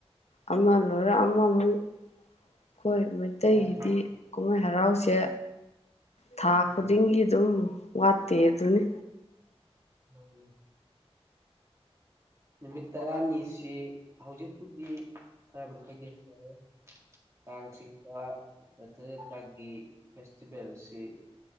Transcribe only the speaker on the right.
ꯃꯥꯅꯦ
ꯎꯝ
ꯎꯝ ꯅꯨꯃꯤꯠ ꯇꯔꯥꯅꯤꯁꯤ ꯍꯧꯖꯤꯛꯄꯨꯗꯤ ꯈꯔ ꯃꯈꯩꯗꯤ ꯍꯟꯗꯔꯦ ꯀꯥꯡ ꯆꯤꯡꯕ ꯔꯊ ꯌꯥꯇ꯭ꯔꯥꯒꯤ ꯐꯦꯁꯇꯤꯚꯦꯜꯁꯤ